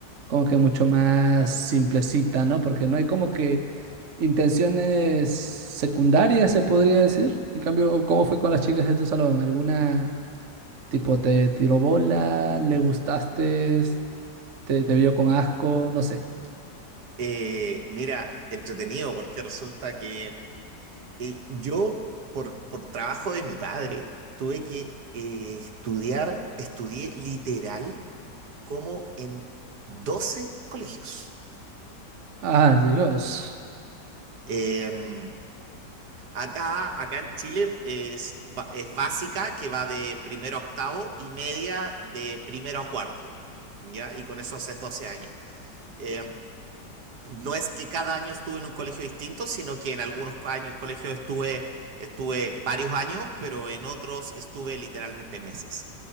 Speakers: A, on the right; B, on the right.
A: como que mucho más simplecita, ¿no? Porque no hay como que intenciones secundarias, se podría decir. En cambio, ¿cómo fue con las chicas de tu salón? ¿Alguna tipo te tiró bola, le gustaste, te, te vio con asco, no sé?
B: eh, mira, entretenido porque resulta que eh, yo, por, por trabajo de mi padre, tuve que eh, estudiar, estudié literal como en 12 colegios.
A: Ah, Dios.
B: Em, acá, acá en Chile es, ba- es básica, que va de primero a octavo, y media de primero a cuarto, ¿ya? Y con eso haces 12 años. Eh, No es que cada año estuve en un colegio distinto, sino que en algunos co- años, colegios estuve, estuve varios años, pero en otros estuve literalmente meses.